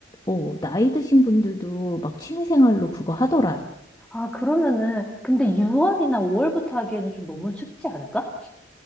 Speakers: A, on the left; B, in the centre.
A: 어, 나이 드신 분들도 막 취미생활로 그거 하더라.
B: 아, 그러면은 근데 6월이나 5월부터 하기에는 좀 너무 춥지 않을까?